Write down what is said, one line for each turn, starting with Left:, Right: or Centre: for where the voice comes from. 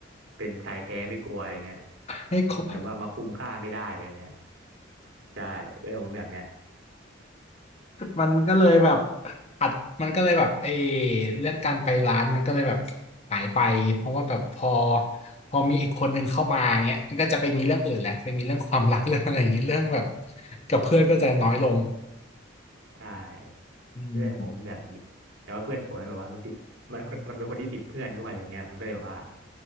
Right: เป็นชายแท้ไม่กลัวอย่างเงี้ย
Left: ให้ครบ
Right: แบบว่ามาคุมค่าไม่ได้เลยแบบเนี้ยใช่เพื่อนผมแบบเนี้ย
Left: มันก็เลยแบบอัดมันก็เลยแบบเออเรื่องการไปร้านมันก็เลยแบบหายไปเพราะว่าแบบพอพอมีอีกคนหนึ่งเข้ามาเงี้ยมันก็จะไปมีเรื่องอื่นแล้วไปมีเรื่องความรักเรื่องอะไรอย่างเงี้ยเรื่องแบบกับเพื่อนก็จะน้อยลง
Right: ใช่
Left: อืม
Right: เพื่อนผมแบบนี้แต่ว่าเพื่อนผมมันแบบว่ามันติดมันมันเป็นคนที่ติดเพื่อนด้วยอะไรเงี้ยมันก็เลยแบบว่า